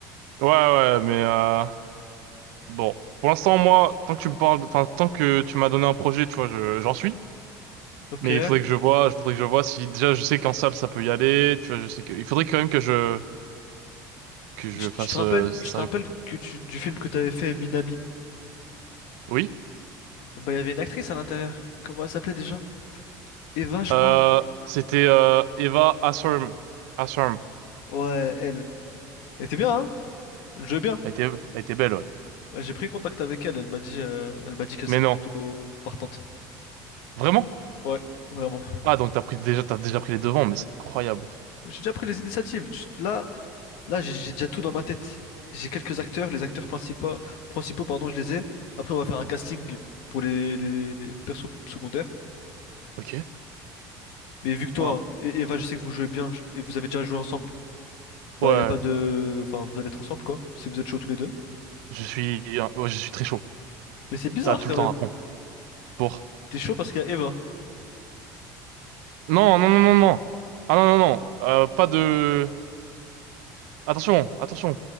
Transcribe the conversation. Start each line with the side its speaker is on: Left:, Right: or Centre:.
Right: ouais ouais, mais euh, bon, pour l'instant moi, tant que tu me parles, enfin tant que tu m'as donné un projet, tu vois, je- j'en suis.
Left: Ok.
Right: Mais il faudrait que je vois, il faudrait que je vois si déjà je sais qu'en salle ça peut y aller, tu vois, je sais que il faudrait
Left: Oui.
Right: quand même que je que je
Left: Tu, tu
Right: fasse
Left: te rappelles,
Right: euh, c'est
Left: je
Right: sérieux
Left: te rappelle
Right: quoi.
Left: que tu- du film que t'avais fait Minami,
Right: Oui.
Left: bah il y avait une actrice à l'intérieur. Comment elle s'appelait déjà? Eva, je crois.
Right: Euh, c'était euh, Eva Asserm. Asserm.
Left: Ouais, elle. Elle était bien, hein? Elle jouait bien.
Right: Elle était elle était belle ouais.
Left: Ouais, J'ai pris contact avec elle, elle m'a dit, euh, elle m'a dit qu'elle
Right: Mais
Left: serait
Right: non.
Left: plutôt partante.
Right: Vraiment?
Left: Ouais, vraiment.
Right: Ah, donc t'as pris déjà, t'as déjà pris les devants, mais c'est incroyable.
Left: J'ai déjà pris les initiatives. Tu- Là, là, j'ai j'ai déjà tout dans ma tête. J'ai quelques acteurs, les acteurs principaux, principaux, pardon, je les ai. Après, on va faire un casting pour les, les, les persos secondaires.
Right: Ok.
Left: Mais vu que toi
Right: Waouh.
Left: et Eva, je sais que vous jouez bien je- et vous avez déjà joué ensemble, bah
Right: Ouais,
Left: y a pas de, enfin, vous allez être ensemble quoi, si vous êtes chauds tous les deux.
Right: je suis, euh, ouais, je suis très chaud.
Left: Mais c'est bizarre
Right: T'as tout
Left: quand
Right: le temps
Left: même.
Right: à fond. Pour.
Left: T'es chaud parce qu'il y a Eva.
Right: Non, non, non, non, non. Ah non, non, non. Euh, pas de. Attention, attention.